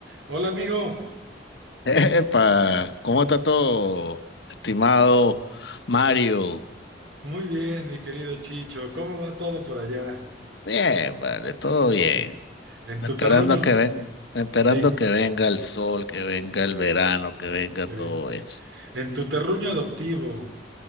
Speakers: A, on the right (about 85°); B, on the left (about 65°).
A: Hola amigo,
B: <laughs> Epa, ¿cómo está todo, estimado Mario?
A: muy bien mi querido Chicho, ¿cómo va todo por allá?
B: Bien, vale, todo bien.
A: En
B: Esperando
A: tu terruño,
B: que ven, esperando
A: sí,
B: que venga el sol, que venga el verano, que venga
A: sí.
B: todo eso.
A: En tu terruño adoptivo,